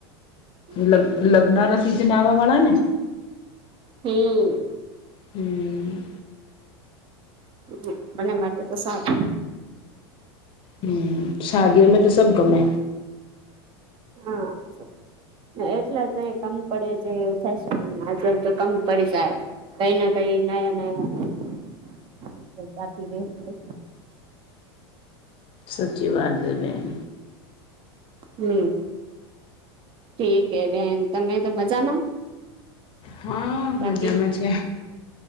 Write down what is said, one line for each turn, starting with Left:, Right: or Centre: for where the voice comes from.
Right: હમ
Left: લગ લગ્નારા સિઝન આવા વાળાને.
Right: હમ.
Left: હમ.
Right: હ, પણ મટે તો સારું.
Left: હમ, શાદીઓ મે તો સબ ગમે.
Right: હન, એટલે જ કમ પડે છે. ફેશન આજલ તો કમ પડી જાય. કઈ ના કઈ નયા-નયા જાતિ રહે <unintelligible>
Left: સાચી વાત <unintelligible>
Right: હમ, ઠીક હે બેન તમે તો મજામાં?
Left: હા,
Right: બાકી
Left: મજામાં છે.